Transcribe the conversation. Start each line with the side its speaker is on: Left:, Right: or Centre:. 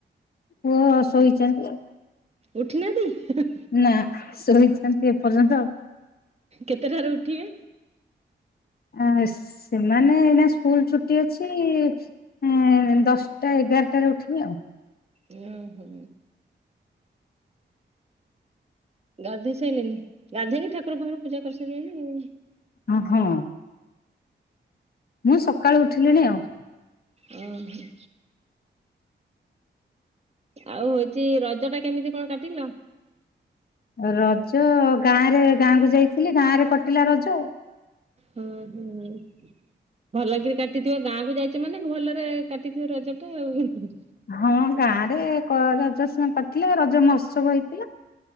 Left: ପୁଅ ଶୋଇଚନ୍ତି।
Right: ଉଠିନାହାନ୍ତି? ହେ ହେ
Left: ନା ଶୋଇଚନ୍ତି ଏପର୍ଯ୍ୟନ୍ତ।
Right: କେତେ ଥର ଉଠିବେ?
Left: ଆ ସେମାନେ ଏନା ସ୍କୁଲ ଛୁଟି ଅଛି ଏଁ ଦଶଟା ଏଗାରଟାରେ ଉଠିବେ ଆଉ।
Right: ଉଁ ହୁଁ। ଗାଧେଇ ସାରିଲେଣି ଗାଧେଇକି ଠାକୁର ଫାକୁର ପୂଜା କରିସାରିବେନି ଆଉ।
Left: ଓ ହୋ। ମୁଁ ସକାଳୁ ଉଠିଲିଣି ଆଉ।
Right: ଉଁ ହୁଁ। ଆଉ ଏଠି ରଜ ଟା କେମିତି କଣ କାଟିଲ?
Left: ରଜ ଗାଁ ରେ ଗାଁ କୁ ଯାଇଥିଲି ଗାଁରେ କଟିଲା ରଜ।
Right: ହୁଁ ହୁଁ ଭଲକରି କାଟିଥିବ ଗାଁକୁ ଯାଇଚ ମାନେ ଭଲରେ କାଟିଥିବ ରଜ ଟା ଆଉ ହୁଁ ହୁଁ।
Left: ହଁ ଗାଁ ରେ କ ରଜ ସମ କରିଥିଲେ ରଜ ମହୋତ୍ସବ ହେଇଥିଲା।